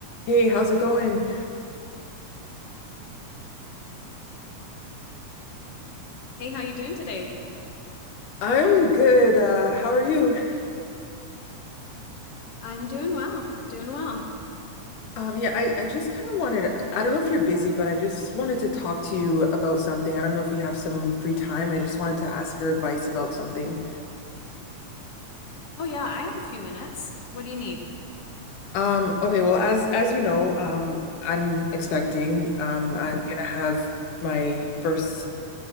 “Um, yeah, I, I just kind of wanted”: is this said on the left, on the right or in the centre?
Left